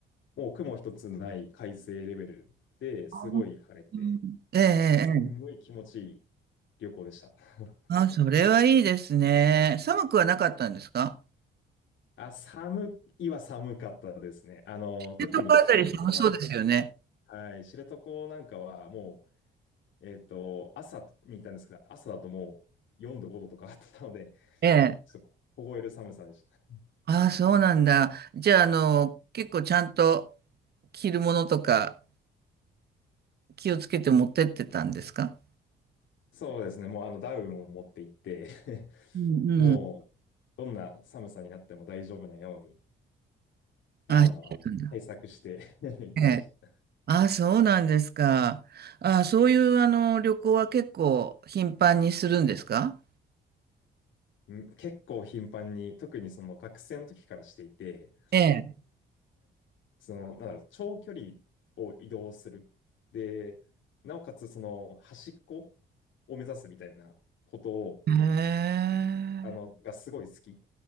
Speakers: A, on the left; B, on the right.
A: もう雲一つない快晴レベルですごい晴れて、
B: あうんええ、ええ。
A: きすんごい気持ちいい
B: ええ
A: 旅行でした。<laughs>
B: あ、それはいいですね。寒くはなかったんですか
A: あ、寒いは寒かったですね。あの、特に知床なん、
B: えとこあたり寒そうですよね。
A: はい、知床なんかはもう、えっと、朝に行ったんですけど、朝だともう4度、5度とかあったので、
B: ええ。
A: <laughs> ちょっと凍える寒さでした。
B: ああ、そうなんだ。じゃあ、あの、結構ちゃんと着るものとか気をつけて持ってってたんですか
A: そうですね、もうあのダウンを持って行って <laughs>
B: うんうん。
A: もうどんな寒さになっても大丈夫なように、あの、
B: あ、そうなんだ。
A: 対策して <laughs> 行ってました。
B: ええ。ああ、そうなんですか。ああ、そういう、あの、旅行は結構頻繁にするんですか
A: うん結構頻繁に、特にその学生の時からしていて、
B: ええ。
A: その、なんだろう、長距離を移動する。で、なおかつその端っこを目指すみたいなことを、
B: へえ。
A: あの、がすごい好き。